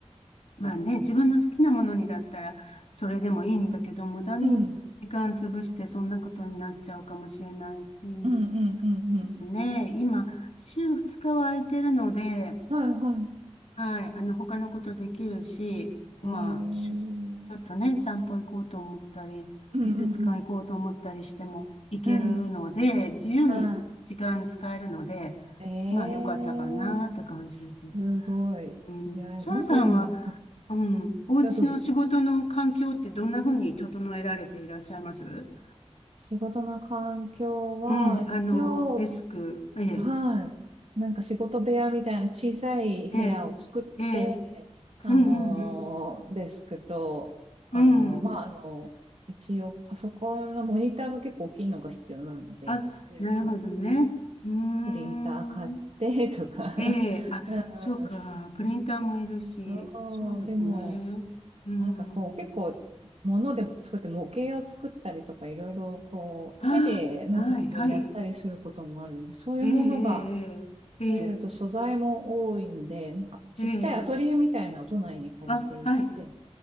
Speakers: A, on the left; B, on the right.
A: まあね、
B: うん。
A: 自分の好きなものにだったらそれでもいいんだけど、無駄に時間潰してそんなことになっちゃうかもしれないし、
B: うん、うん、うん、うん、
A: そうですね。
B: うんうん。
A: 今、週2日は空いてるので、
B: はい、は
A: はい。あの、他のことできるし、まあ、
B: い。えー。
A: しちょっとね、散歩行こうと思ったり、
B: うん、
A: 美術館行こうと思ったりしても行けるので、
B: うん、うん。うん。
A: 自由に時間使えるので、
B: はい。えー
A: まあ、良かったかなって感じですね。
B: すごい。
A: うん。
B: 羨まなんかでも、
A: サラさんは、
B: あ
A: うん、お家の仕事の環境ってどんな風に整えられていらっしゃいますう
B: どうぞどうぞ。仕事の環境は、
A: ん、あの、
B: 一応、
A: デスク、ええ、
B: はい。なんか仕事部屋みたいな小さい部屋を作って、
A: ええ、ええ、
B: あのーデスクと、
A: うん、うん、
B: あのまあ、
A: うん、うん。
B: あの一応パソコンのモニターが結構大きいのが必要なので、
A: あ、
B: それを買っ
A: なるほどね。うーん。
B: プリンター買ってとか
A: ええ、
B: <laughs>
A: あ、
B: うん、
A: そうか。プリンターもいるし、
B: そう、
A: そうですね。
B: でも、
A: うん。
B: なんかこう、結構、物でも作って、模型を作ったりとか、いろいろこう、
A: あ、
B: 手でなんかこうやったりすることもあるんで、
A: はい、はい。
B: そういうものが
A: ええ、ええ、ええ、
B: 増えると素材も多いんで、なんかちっちゃいアトリエみたいなのを都内に借りていて、
A: ええ。ええあ、はい。